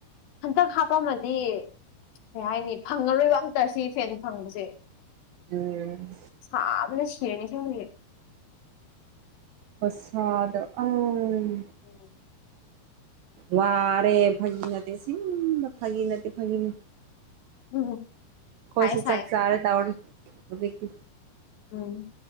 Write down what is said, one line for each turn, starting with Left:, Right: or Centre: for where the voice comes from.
Left: ꯍꯟꯇꯛ ꯍꯥꯞꯄꯝꯃꯗꯤ ꯀꯩ ꯍꯥꯏꯅꯤ ꯐꯪꯉꯔꯣꯏꯕ ꯑꯝꯇ ꯁꯤ ꯐꯦꯟ ꯐꯪꯕꯁꯦ
Right: ꯎꯝ
Left: ꯁꯥꯕꯅ ꯁꯤꯔ‌ꯦꯅ‌ꯦ ꯑꯁ‌ꯦꯡꯕꯒꯤ
Right: ꯄꯁꯥꯗ ꯎꯝ
Left: ꯎꯝ
Right: ꯋꯥꯔꯦ ꯐꯒꯤ ꯅꯠꯇꯦ ꯁꯤ ꯐꯥꯒꯤ ꯅꯠꯇꯦ ꯐꯒꯤꯅ
Left: ꯎꯝ
Right: ꯀꯣꯏꯁꯨ
Left: ꯁꯥꯏ ꯁꯥꯏ
Right: ꯆꯥꯛ ꯆꯔꯦ ꯇꯧꯔꯤ ꯍꯧꯖꯤꯛꯇꯤ
Left: ꯎꯝ